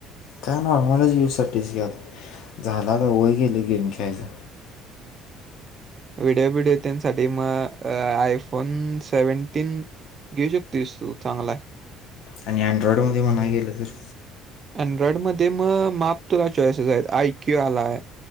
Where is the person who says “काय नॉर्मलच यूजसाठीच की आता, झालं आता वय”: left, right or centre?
Left